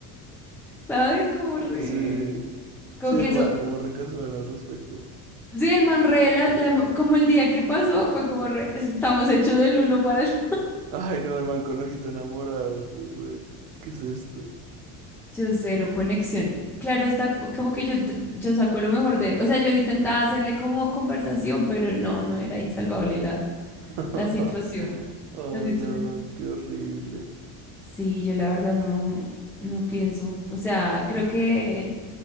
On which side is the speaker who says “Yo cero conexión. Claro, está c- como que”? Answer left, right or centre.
Centre